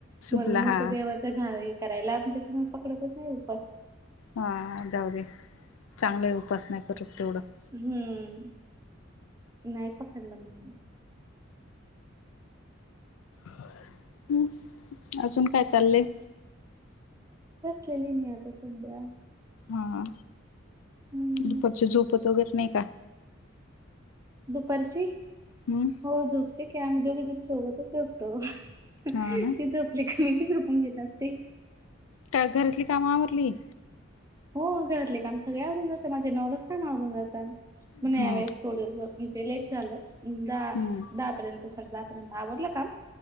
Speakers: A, on the left; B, on the right.
A: सुपला
B: म्हणलं नको
A: हा
B: देवाच घा हे करायला, त्याच्यानं पकडतच नाही उपास.
A: हा जाऊ दे चांगलं उपास नाही, करत तेवढं.
B: हम. नाही पकडला मग.
A: हम अजून काय चाललंय?
B: केली नाही, आता सध्या.
A: हा
B: हम्म
A: दुपारच झोपत वगैरे नाही का?
B: दुपारीची
A: हम्म
B: हो झोपते, की आम्ही दोघी जण सोबतच झोपतो. ती
A: हा ना
B: झोपली की मी पण झोपून घेत असते.
A: का घरातली काम आवरली?
B: हो, घरातले काम सगळे आवरून जातं, माझे नऊलाचं काम आवरून जातं
A: हा
B: म्हण यावेळेस थोडंस म्हणजे लेट झालं दहा
A: हम्म
B: दहा पर्यंत स दहा पर्यंत आवरलं काम.